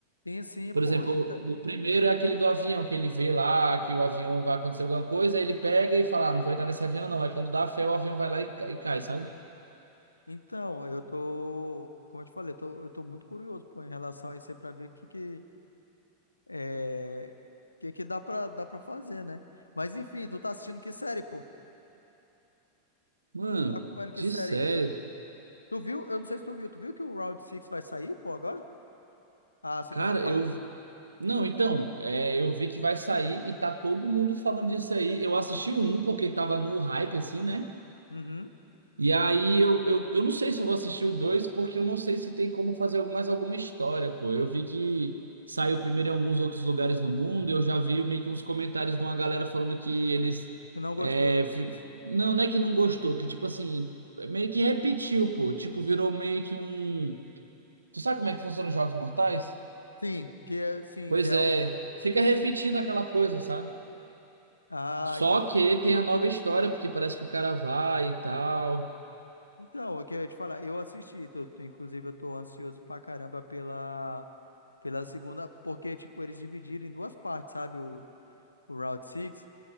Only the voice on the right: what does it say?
Por
exemplo,
o primeiro é aquele do avião, que ele vê lá que o avião vai acontecer alguma coisa, aí ele pega e fala, ah, não vou entrar nesse avião não. Aí quando dá fé, o avião vai lá e ca- e cai, sabe?
Mano,
de
sério.
Cara,
eu... Não, então, é, eu vi que vai sair e tá todo mundo falando disso aí. Eu assisti o um, porque tava no hype, assim, né?
E aí eu, eu, eu não sei se eu vou assistir o 2 porque eu não sei se tem como fazer mais alguma história, pô. Eu vi que saiu primeiro em alguns outros lugares no mundo, e eu já vi meio que uns comentários de uma galera falando que eles.
é, f- não, não é que não gostou, que tipo assim, meio que repetiu, pô. Tipo, virou meio que um. Tu sabe como é que funciona os Jogos Mortais?
Pois
é,
fica repetindo aquela coisa, sabe?
Só
que tem a nova história, porque parece que o cara vai e tal.